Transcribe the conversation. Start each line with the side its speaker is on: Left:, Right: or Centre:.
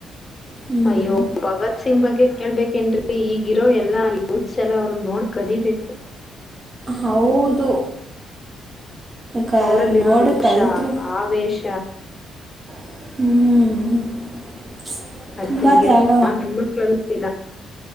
Right: ಹ್ಮ್
Left: ಅಯ್ಯೋ ಭಗತ್ ಸಿಂಗ್ ಬಗ್ಗೆ ಕೇಳ್ಬೇಕು ಏನ ಈಗಿರೋ ಎಲ್ಲಾ ಯತ್ಸ ಎಲ್ಲ ಅವರು ನೋಡ್ ಕಲಿಬೇಕು
Right: ಹೌದು ಕ
Left: ಅವರಲ್ಲಿರೋ
Right: ನೋಡಿ
Left: ರೋಷ
Right: ಕಲ್ತ್ರು
Left: ಆವೇಶ
Right: <inaudible>
Left: ಅ
Right: ತುಂಬ
Left: ಗರ
Right: ತ್ಯಾಗ
Left: <unintelligible> ಹಣ್ಣ್ಮಕ್ಕಳಲ್ಲ <inaudible>